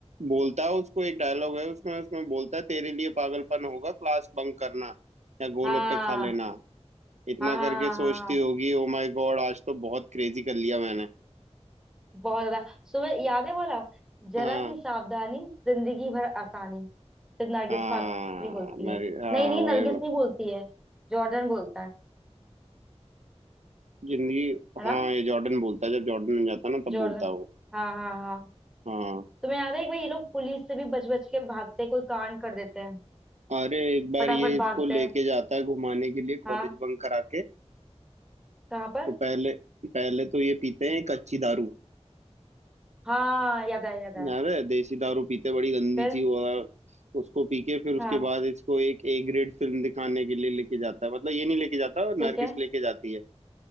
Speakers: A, on the right; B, in the centre.
A: बोलता है उसको एक डायलॉग है उसमें उसमें बोलता है तेरे लिए पागलपन होगा क्लास बंक करना या गोलगप्पे
B: हाँ
A: खा लेना इतना
B: हाँ हाँ
A: करके
B: हाँ
A: सोचती
B: हाँ हाँ
A: होगी ओ माय गॉड आज तो बहुत क्रेजी कर लिया मैंने
B: बहुत ज्यादा सुबह याद है बोला जरा
A: हाँ
B: सी सावधानी जिंदगी भर आसानी सिर्फ नरगिस
A: हाँ
B: फाकरी बोलती
A: मैरी
B: है
A: हाँ
B: नहीं नहीं
A: वो
B: नरगिस
A: ये
B: नहीं बोलती है जॉर्डन बोलता है
A: जिंदगी
B: है
A: हाँ
B: ना
A: ये जॉर्डन बोलता है जब जॉर्डन में जाता है ना तब
B: जॉर्डन
A: बोलता है वो
B: हाँ हाँ हाँ
A: हाँ
B: तुम्हें याद है एक बार ये लोग पुलिस से भी बच बच के भागते हैं कोई कांड कर देते हैं
A: अरे एक बार
B: फटाफट
A: ये इसको
B: भागते
A: लेके
B: हैं
A: जाता है घुमाने के लिए
B: हाँ
A: कॉलेज बंक करा के
B: कहाँ पर
A: तो पहले पहले तो ये पीते हैं कच्ची दारू
B: हाँ याद आया याद आया
A: अरे देसी दारू पीते बड़ी गंदी
B: फिर
A: चीज और उसको पी के फिर उसके
B: हाँ
A: बाद इसको एक ए ग्रेड फिल्म दिखाने के लिए लेके जाता है मतलब ये नहीं लेके जाता
B: ठीक
A: नरगिस
B: है
A: लेके जाती है